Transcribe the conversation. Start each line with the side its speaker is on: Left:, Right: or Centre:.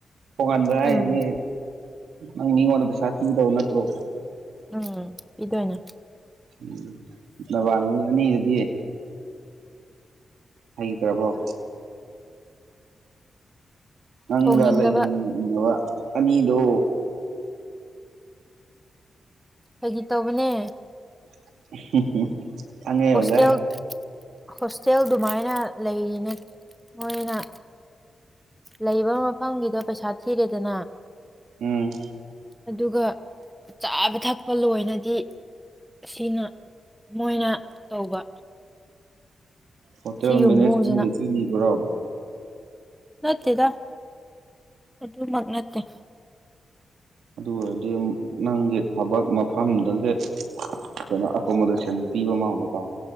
Right: ꯊꯣꯡꯍꯟꯕ ꯍꯥꯏꯁꯦ
Centre: ꯎꯝ
Right: ꯅꯪ ꯃꯤꯉꯣꯟꯗ ꯄꯩꯁꯥ ꯄꯤꯗꯧ ꯅꯠꯇ꯭ꯔꯣ
Centre: ꯎꯝ ꯄꯤꯗꯣꯏꯅꯦ
Right: ꯎꯝ ꯅꯕꯥꯟꯅꯕꯤ ꯑꯅꯤꯗꯨꯗꯤ ꯍꯩꯇ꯭ꯔꯕꯣ ꯅꯪꯒ
Centre: ꯊꯣꯡꯅꯤꯡꯗꯕ
Right: ꯂꯩꯃꯤꯟꯅꯕ ꯑꯅꯤꯗꯣ
Centre: ꯐꯥꯒꯤ ꯇꯧꯕꯅꯦ
Right: <unintelligible>
Centre: ꯍꯣꯁꯇꯦꯜ
Right: ꯑꯣꯖꯥ
Centre: ꯍꯣꯁꯇꯦꯜ ꯗꯨꯃꯥꯏꯅ ꯂꯩꯔꯤꯅꯦ ꯃꯣꯏꯅ ꯂꯩꯕ ꯃꯐꯝꯒꯤꯗꯣ ꯄꯩꯁꯥ ꯊꯤꯔꯦꯗꯅ
Right: ꯎꯝ
Centre: ꯑꯗꯨꯒ ꯆꯥꯕ ꯊꯛꯄ ꯂꯣꯏꯅꯗꯤ ꯁꯤꯅ ꯃꯣꯏꯅ ꯇꯧꯕ
Right: ꯍꯣꯇꯦꯜ
Centre: ꯁꯤ ꯌꯨꯝꯕꯨꯁꯤꯅ
Right: ꯃꯦꯅꯦꯖꯃꯦꯟꯒꯤ ꯆꯤꯠꯂꯤꯕꯔꯣ
Centre: ꯅꯠꯇꯦꯗ ꯑꯗꯨꯃꯛ ꯅꯠꯇꯦ
Right: ꯑꯗꯨ ꯑꯣꯏꯔꯗꯤ ꯅꯪꯒꯤ ꯊꯕꯛ ꯃꯐꯝꯗꯨꯗꯩ ꯀꯩꯅꯣ ꯑꯥꯀꯥꯃꯣꯗꯦꯁꯟ ꯄꯤꯕ ꯃꯥꯜꯂꯦꯀꯣ